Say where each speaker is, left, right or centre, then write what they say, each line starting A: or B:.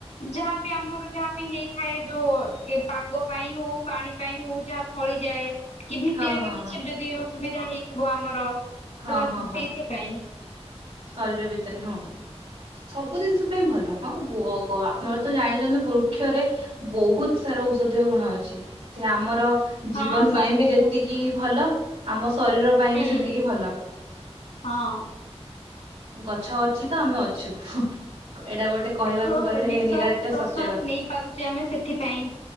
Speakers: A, on the left; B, on the right.
A: ଯାହାବି ଆମର ଯାହାବି ହେଇଥାଏ ଯୋଉ ଏ ପାଗ ପାଇଁ ହୋଉ ପାଣି ପାଇଁ ହୋଉ ଯାହା ଫଳିଯାଏ କି ଭିତେରେ
B: ହଁ ହଁ
A: ବି କିଛି
B: ହଁ
A: ବି ଯଦି ଅସୁବିଧା ହେଇଥିବ ଆମର ତ
B: ହଁ
A: ସ୍
B: ହଁ ହଁ
A: ସେଇଥିପାଇଁ।
B: ଶରୀର ଭିତରେ ହଁ ସ୍-ସବୁ ଜିନଷ ପାଇଁ ଭଲ ହଁ ବୋ ଗ ଆ ଆମର ତ ଜାଣିଚନ୍ତି ବୃକ୍ଷରେ ବୋହୁତ ସାରା ଔଷଧୀୟ ଗୁଣ ଅଛି ସେ ଆମର
A: ହଁ
B: ଜୀବନ
A: ହଁ
B: ପାଇଁ
A: ବହୁତ
B: ବି ଯେତିକି ଭଲ ଆମ ଶରୀର ପାଇଁ
A: ହୁଁ
B: ବି ସେତିକି ଭଲ।
A: ହଁ।
B: ଗଛ ଅଛି ତ ଆମେ ଅଛୁ। ଏଇଟା ଗୋଟେ କହିବାକୁ
A: ହଁ
B: ଗଲେ
A: ନିଶ୍ଵାସ
B: ନିରାଟ
A: ପ୍ରଶ୍ଵାସ
B: ସତ୍ୟ କଥା।
A: ନେଇ ପାରୁଛେ ଆମେ ସେଥିପାଇଁ